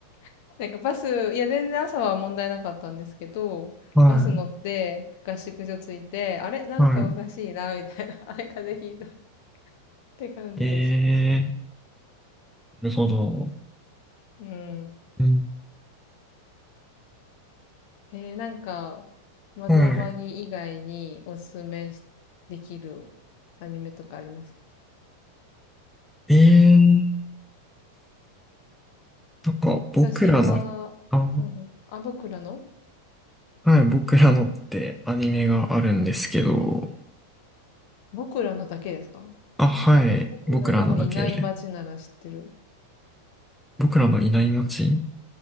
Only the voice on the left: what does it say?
<laughs> なんかバス、いや全然朝は問題なかったんですけど、
バス乗って合宿所着いて、あれなんかおかしいな、
みたいな。<laughs> あれ風邪ひいた。って感じでした。
うん。
えー、なんか、窓マギ以外におすすめしできる
アニメとかありますか
私は、
うんうん、あ、僕らの
僕らのだけですか
僕らのいない街なら知ってる。